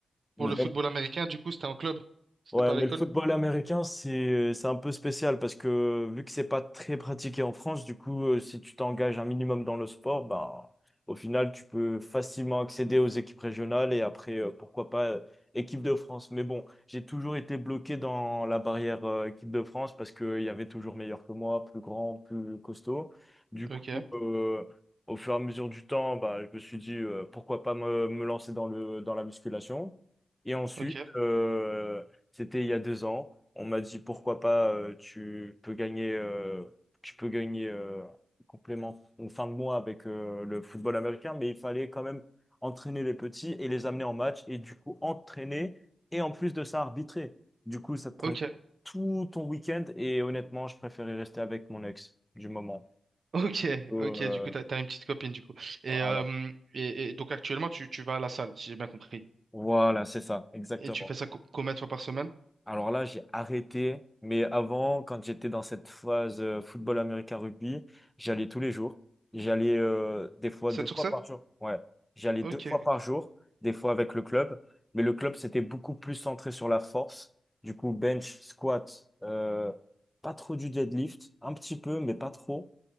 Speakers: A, on the right; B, in the centre.
A: Pour
B: une
A: le football américain, du coup, c'était en club. C'était
B: Ouais,
A: pas à
B: mais
A: l'école.
B: le football américain, c'est euh, c'est un peu spécial parce que euh, vu que c'est pas très pratiqué en France, du coup, euh, si tu t'engages un minimum dans le sport, ben, au final, tu peux facilement accéder aux équipes régionales et après, euh, pourquoi pas, euh, équipe de France. Mais bon, j'ai toujours été bloqué dans la barrière, euh, équipe de France parce qu'il y avait toujours meilleur que moi, plus grand, plus costaud. Du
A: Ok,
B: coup, euh, au fur et à mesure du temps, bah, je me suis dit, euh, pourquoi pas me, me lancer dans le, dans la musculation. Et ensuite,
A: ok,
B: euh, c'était il y a deux ans. On m'a dit pourquoi pas, euh, tu peux gagner, euh, tu peux gagner euh, complément ou fin de mois avec euh, le football américain, mais il fallait quand même entraîner les petits et les amener en match et du coup entraîner et en plus de ça arbitrer. Du coup, ça te prenait
A: ok,
B: tout ton week-end et honnêtement, je préférais rester avec mon ex du moment.
A: ok,
B: Euh,
A: ok. Du coup, t'as, t'as une petite copine, du coup. Et,
B: voilà,
A: euh, et, et donc, actuellement, tu, tu vas à la salle, si j'ai bien compris.
B: voilà, c'est ça, exactement.
A: Et tu fais ça co- combien de fois par semaine?
B: Alors là, j'ai arrêté. Mais avant, quand j'étais dans cette phase euh, football américain rugby, j'allais tous les jours. J'allais euh, des fois
A: sept
B: deux fois
A: sur sept
B: par jour. Ouais, j'allais
A: Ok.
B: deux fois par jour, des fois avec le club. Mais le club, c'était beaucoup plus centré sur la force. Du coup, bench, squat, euh, pas trop du deadlift, un petit peu, mais pas trop.